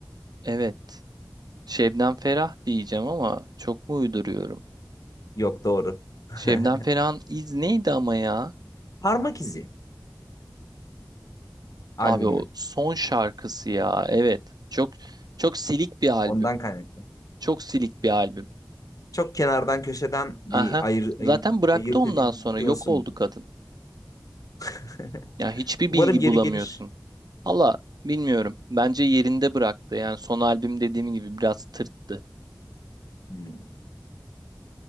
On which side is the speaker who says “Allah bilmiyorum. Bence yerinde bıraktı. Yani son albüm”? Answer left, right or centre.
Right